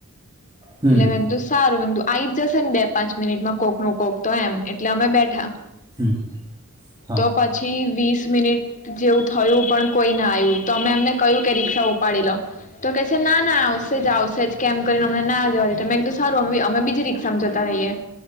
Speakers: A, on the right; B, on the left.
A: હમ
B: એટલે મે સારું આઈ જશે ને બે પાંચ મિનિટમાં કોક નું કોક તો એમ એટલે અમે બેઠા.
A: હમ હા
B: તો પછી વીસ મિનિટ જેવું થયું પણ કોઈ ના આવ્યું તો અમે એમને કહ્યું કે રી્ક્ષા ઉપાડી લો તો કેહે છે ના ના આવશે જ આવશે જ કેમ કરીને અમને ના જવાની તમે સારું અમે અમે બીજી રી્ષામાં જતા રહીએ.